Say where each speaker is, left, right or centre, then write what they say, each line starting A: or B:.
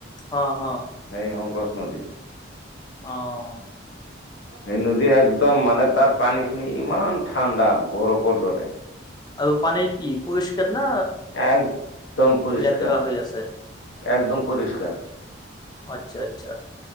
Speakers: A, on the left; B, on the left.
A: হা হা
B: এই শংকচ নদী
A: অহ
B: এই নদী একদম মানে তাৰ পানীখিনি ইমান ঠাণ্ডা বৰফৰ দৰে
A: আৰু পানীৰ কি পৰিষ্কাৰ না
B: এক একদম পৰিষ্কাৰ
A: লেতেৰা হৈ আছে
B: একদম পৰিষ্কাৰ
A: আচ্ছা আচ্ছা